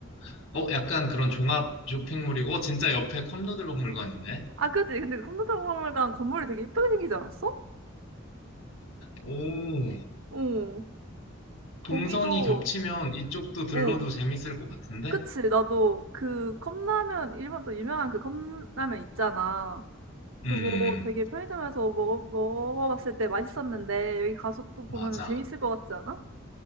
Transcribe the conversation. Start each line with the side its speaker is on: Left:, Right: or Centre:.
Left: 어, 약간 그런 종합 쇼핑몰이고, 어, 진짜 옆에 컵누들목 물건 있네.
Right: 아 그치. 근데 그 컴퓨터 박물관 건물이 되게 예쁘게 생기지 않았어?
Left: 오,
Right: 어.
Left: 동선이
Right: 거기도
Left: 겹치면 이쪽도 들러도
Right: 어.
Left: 재밌을 것 같은데?
Right: 그치. 나도 그 컵라면 일본 또 유명한 그 컵라면 있잖아. 그거
Left: 음, 음, 음.
Right: 되게 편의점에서 먹어 먹어봤을 때 맛있었는데 여기 가서 또 보면
Left: 맞아.
Right: 재밌을 것 같지 않아?